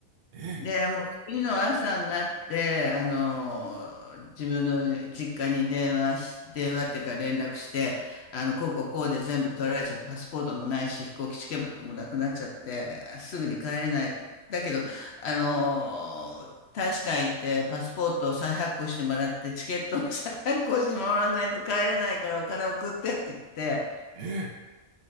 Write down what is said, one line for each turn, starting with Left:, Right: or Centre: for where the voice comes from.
Right: ー、え
Left: で、もう次の朝になって、あの、自分の実家に電話し、電話っていうか連絡して、あの、こうこうこうで全部取られちゃって、パスポートもないし、飛行機チケットもなくなっちゃって、すぐに帰れない。だけど、あの、大使館行ってパスポートを再発行してもらって、チケットも再発行してもらわないと帰れないからお金送ってって言って、
Right: ー、え